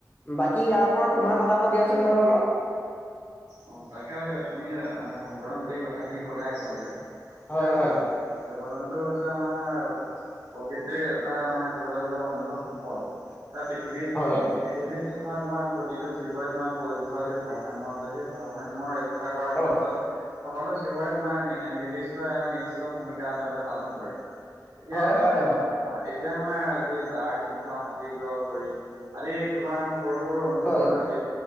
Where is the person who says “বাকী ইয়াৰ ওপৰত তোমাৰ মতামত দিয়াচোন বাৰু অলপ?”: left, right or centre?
Left